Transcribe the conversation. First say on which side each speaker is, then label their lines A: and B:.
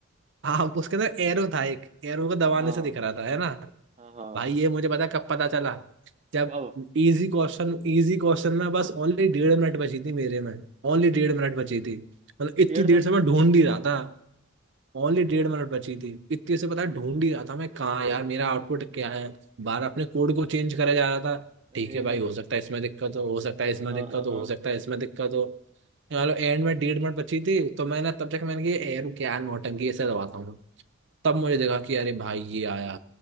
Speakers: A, on the right; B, on the right.
A: हाँ उसके अंदर एरो था एक एरो को दबाने
B: हाँ
A: से दिख रहा था है ना
B: हाँ हाँ
A: भाई ये मुझे पता कब पता चला जब
B: कब
A: इजी क्वेश्चन इजी क्वेश्चन में बस ओनली डेढ़ मिनट बची थी मेरे में ओनली डेढ़ मिनट बची थी मतलब इतनी
B: डेढ़
A: देर
B: मिनट
A: से मैं ढूंढ ही रहा था ओनली डेढ़ मिनट बची थी इतनी से पता है ढूंढ ही रहा था मैं कहाँ यार मेरा आउटपुट क्या है बार अपने कोड को चेंज करा जा रहा था
B: अरे
A: ठीक है भाई हो सकता है इसमें दिक्कत हो हो सकता है
B: हाँ
A: इसमें
B: हाँ
A: दिक्कत हो
B: हाँ
A: हो सकता है इसमें दिक्कत हो चलो एंड में डेढ़ मिनट बची थी तो मैंने तब तक मैंने कि यार क्या नौटंकी ऐसे दबाता हूँ तब मुझे देखा कि अरे भाई ये आया